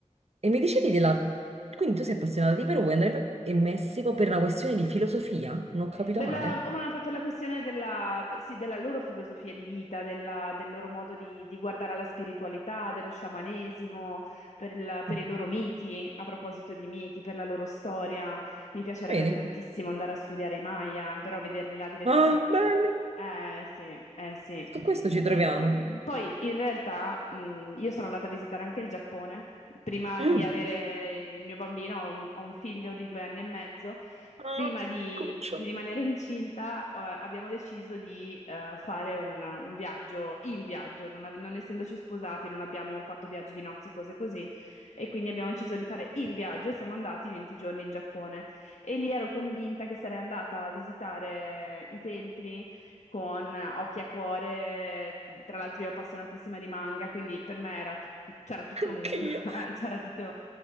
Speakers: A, on the right; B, on the left.
A: e mi dicevi della... Quindi tu sei appassionata di Perù, vuoi andare in Pe- in Messico per una questione di filosofia? Non ho capito
B: Per
A: male?
B: la, una- per la questione della, sì, della loro filosofia di vita, della- del loro modo di, di guardare alla spiritualità, dello sciamanesimo, per, il- per
A: Ah,
B: i loro miti, a proposito di miti, per la loro storia. Mi piacerebbe
A: vedi?
B: tantissimo andare a studiare i Maya, però vederli là direttamente.
A: Ah, bene.
B: Eh sì, eh sì.
A: Su questo ci
B: Ehm,
A: troviamo.
B: poi in realtà mh, io sono andata a visitare anche il Giappone. Prima
A: Mm.
B: di avere il mio bambino, ho un ho un figlio di due anni e mezzo
A: Ah,
B: prima di,
A: cuccio,
B: di rimanere incinta, eh, abbiamo deciso di eh, fare un, un viaggio, il viaggio, non, ave- non essendoci sposati, non abbiamo fatto viaggi di nozze, cose così, e quindi abbiamo deciso di fare il viaggio e siamo andati 20 giorni in Giappone. E lì ero convinta che sarei andata a visitare i templi con occhi a cuore, tra l'altro io appassionatissima di manga, quindi per me era tut- c'era tutto
A: anch'io.
B: un <laughs> C'era tutto...